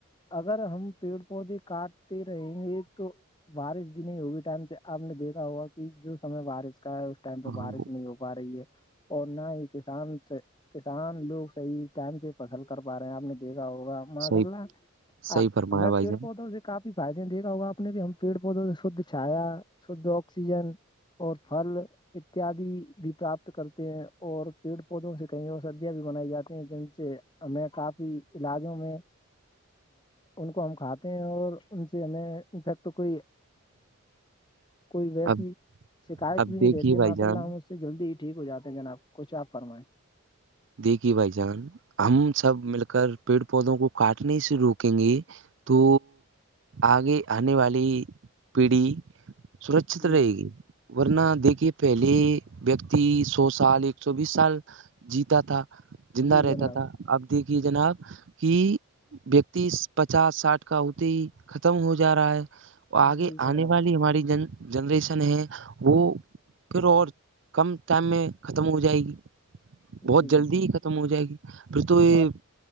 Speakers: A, on the left; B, on the right.
A: اگر ہم پیڑ پودے کاٹتے رہیں گے تو بارش بھی نہیں ہوگی ٹائم سے آپ نے دیکھا ہوگا جو سمے بارش کا ہے اس ٹائم پہ
B: ہاں
A: بارش
B: وہ
A: نہیں ہو پا رہی ہے اور نہ ہی کسان سے کسان لوگ صحیح ٹائم سے فصل کر پا رہے ہیں آپ نے دیکھا ہوگا ماشاء
B: صحیح
A: اللہ
B: صحیح
A: آ-
B: فرمایا
A: ہمیں
B: بھائی
A: پیڑ
B: جان
A: پہودتااوں سے کافی فائدے دیکھا ہوگا آ نے کہ ہم پیڑ پودوں سے شھ چھایا شدھ آکسیجن اور پل اتیادی بھی پراپت کرتے ہیں اور پیڑ پودوں سے کہئی اور س بھی بنائی جاتی ہیں جن سے ہمیں کافی علاجوں میں ان کو ہم کھاتے ہیں اور ان سے ہمیں انفیکٹ کوئی کوئی ویسی
B: اب
A: شکایت
B: اب
A: بھی نہیں
B: دیکھیے
A: رہتی
B: بھائی
A: ماشاء
B: جان
A: اللہ ہم اس سے جلدی ہی ٹھیک ہو جاتے ہیں جناب کچھ آ فرمائیں
B: دیگی بھائی جان ہم سب مل کر پیڑ پودوں کو کاٹنے سے روکیں گے تو آگے آنے والی پیڑھی سرکچت
A: جی
B: رہے گی ورنہ دیکھیے پہلے ویکتی سو سال ایک سو بیس سال جیتا تھا زندہ
A: جی
B: رہتا
A: جناب
B: تھا اب دیکھیے جناب کہ ویکتیس پچاس ساٹھ کا اتے ہی ختم ہو جا رہا ہے وہ آگے
A: جی جناب
B: آنے والی ہماری جن جنریشن ہے وہ پھر اور کم ٹائم میں ختم ہو جائے گی بہت
A: جی
B: جلدی
A: جناب
B: ہی ختم ہو جائے گی پھر تو یہ
A: ما-